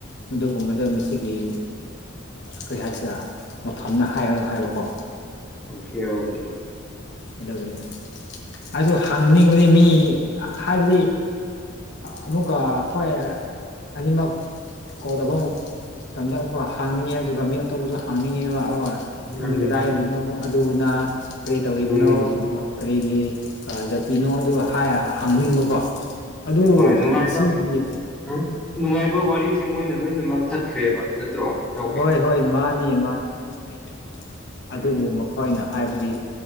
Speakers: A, on the left (about 60°); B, in the centre.
A: ꯃꯗꯨꯒꯨꯝꯕꯗ ꯃꯁꯤꯒꯤ ꯀꯔꯤ ꯍꯥꯏꯁꯤꯔ ꯃꯐꯝꯗ ꯍꯥꯏꯒꯅꯣ ꯍꯥꯏꯕꯀꯣ
B: ꯑꯣꯀꯦ ꯑꯣꯀꯦ
A: ꯑꯗꯨꯅꯤ ꯑꯩꯁꯨ ꯍꯪꯅꯤꯡꯕꯗꯤ ꯃꯤ ꯍꯥꯏꯕꯗꯤ ꯑꯃꯨꯛꯀ ꯑꯩꯈꯣꯏ ꯑꯅꯤꯃꯛ ꯀꯧꯗꯕ ꯑꯃꯨꯛ ꯃꯇꯝꯗ ꯑꯃꯨ ꯍꯥꯡꯅꯤꯡꯉꯦ ꯑꯗꯨꯒ ꯃꯤ ꯑꯇꯣꯞꯄꯁꯨ ꯍꯥꯡꯅꯤꯡꯉꯦ ꯋꯥ ꯅꯪꯗꯤ
B: ꯃꯥꯅꯤ
A: ꯀꯗꯥꯏꯔꯤꯅꯣ
B: ꯃꯥꯅꯤ
A: ꯑꯗꯨꯅ ꯀꯔꯤ ꯇꯧꯔꯤꯕꯅꯣ
B: ꯑꯗꯨꯅꯤ
A: ꯀꯔꯤꯒꯤ ꯖꯥꯄꯤꯅꯣ ꯑꯗꯨꯒ ꯍꯥꯏ ꯍꯪꯅꯤꯡꯕꯀꯣ
B: ꯎꯝ
A: ꯑꯗꯨ
B: ꯍꯣꯏ ꯅꯨꯡꯉꯥꯏꯕ
A: ꯃꯁꯤꯒꯤ
B: ꯅꯨꯡ- ꯅꯨꯡꯉꯥꯏꯕ ꯋꯥꯔꯤꯁꯦ ꯃꯣꯏꯅ ꯂꯣꯏꯅꯃꯛ ꯊꯠꯈ꯭ꯔꯦꯕ ꯅꯠꯇ꯭ꯔꯣ ꯇꯧꯒꯦ
A: ꯍꯣꯏ ꯍꯣꯏ ꯃꯥꯅꯤ ꯃꯥꯅꯤ ꯆꯨꯝꯅꯩ
B: ꯎꯝ
A: ꯑꯗꯨꯕꯨ ꯃꯈꯣꯏꯅ ꯍꯥꯏꯕꯗꯤ